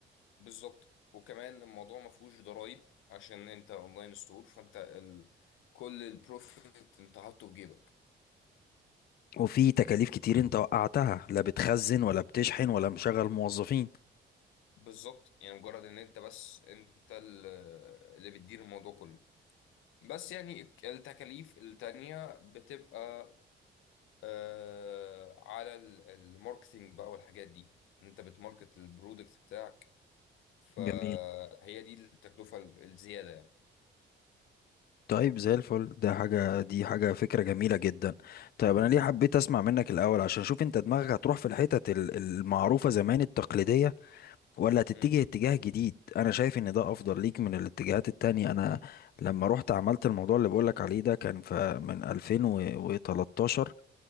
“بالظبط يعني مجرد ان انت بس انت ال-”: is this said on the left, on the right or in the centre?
Left